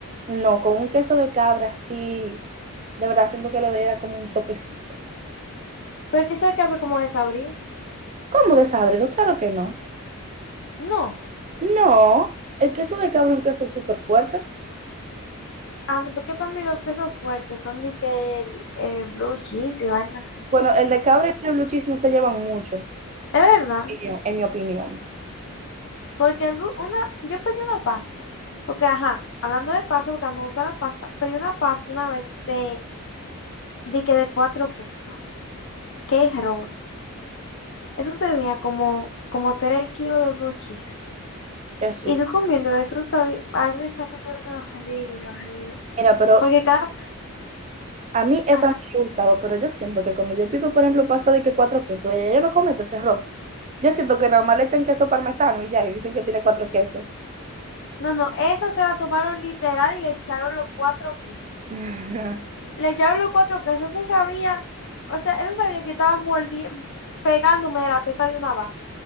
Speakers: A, on the right; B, on the left.
A: no, con un queso de cabra sí, de verdad siento que le daría como un toquecito.
B: Pero el queso de cabra como desabrido.
A: ¿Cómo desabrido? Claro que no.
B: No.
A: No, el queso de cabra es un queso súper fuerte.
B: Ah, no, porque para mí los quesos fuertes son de que el, el blue cheese y vaina así.
A: Bueno, el de cabra y el blue cheese no se llevan mucho,
B: Es verdad.
A: en mi en mi opinión.
B: Porque el bu- una, yo pedí una pasta, porque ajá, hablando de pasta, porque a mí me gusta la pasta, pedí una pasta una vez de, de que de cuatro quesos. Qué error. Eso tenía como, como tres kilos de blue cheese.
A: Que sí.
B: Y tú comiéndolo, eso sabía, a mí me sabe horrible, horrible.
A: Mira, pero
B: Porque cada,
A: a mí esa
B: ajá,
A: no me ha gustado, pero yo siento que cuando yo pido, por ejemplo, pasta de que cuatro quesos, ella yo no cometo ese error. Yo siento que nada más le echan queso parmesano y ya, y dicen que tiene cuatro quesos.
B: no, no, eso se la tomaron literal y le echaron los cuatro quesos.
A: <laughs>
B: Le echaron los cuatro quesos, eso sabía, o sea, eso sabía que yo estaba mordiendo, pegándome de la teta de una vaca.